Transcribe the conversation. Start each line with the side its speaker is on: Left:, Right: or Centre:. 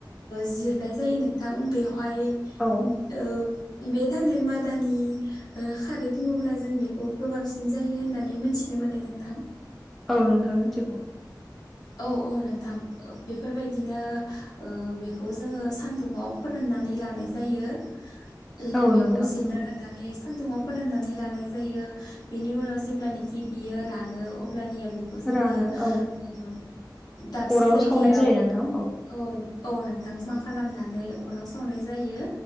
Left: जिरनाय जायो नोंथां बेवहाय
Centre: औ
Left: ओ बे थालिर मादानि ओ खारै बुङोब्ला जों बेखौ गोबाबसिन जायो होननानै मोनथिनो मोनो नोंथां।
Centre: औ नोंथाङा मिथिगौ
Left: औ-औ नोंथां ओ बेफोरबायदिनो ओ बेखौ जोङो सानदुाव फोराननानै लानाय जायो। <unintelligible>
Centre: औ
Left: बेखौ
Centre: नोंथां
Left: जिरना
Centre: नंगौ
Left: लानानै सानदुंङाव फोराननानै लानाय जायो बेनि उनाव जेब्लानाखि बियो रानो अब्लानिया बे खौ जोङो
Centre: रानो औ
Left: <inaudible> दाबसे
Centre: अराव
Left: जायगायाव
Centre: सावनाय जायो नोंथां औ
Left: औ-औ नोंथां मा खालामनानै अराव सावनाय जायो